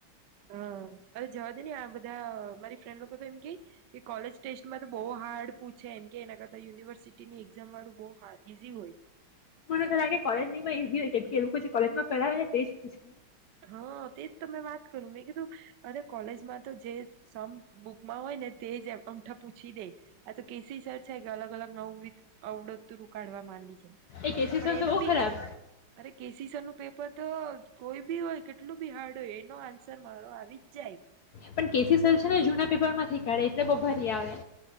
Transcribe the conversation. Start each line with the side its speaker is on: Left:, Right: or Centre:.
Right: હા અવે જવા દે ને આ બધા મારી ફ્રેન્ડ લોકો તો એમ કેય, કોલેજ ટેસ્ટમાં તો બહુ હાર્ડ પૂછે એમ કે એના કરતા યુનિવર્સિટીની જમવાડું બહ હ ઈઝી હોય.
Left: મને લાગે કોલેજ ની માં ઈઝી હોય કેમકે એ લોકો જે કોલેજમાં કરાવે તે જ પૂછે.
Right: હા તેજ તં વાત કરું મેં કીધું, અરે કોલેજમાં તો જે સમ બુકમાં હોય ને તે જ અમઠા પૂછી દે, આ તો કેસી સર છે કે અલગ અલગ નવું અવડતતું ર ઉકાડવા માંડી છે.
Left: એ કેસી
Right: પણ
Left: સર
Right: એનો
Left: તો બહુ
Right: બી
Left: ખરાબ
Right: અરે કે સી સર નું પેપર તો કોઈ હોય કેટલું હાર્ડ હોય એનો આન્સર મારો આવી જ જાય.
Left: પણ કેસી સર છે ને જૂના પેપર માંથી કાઢે એટલે બ ભારી આવે.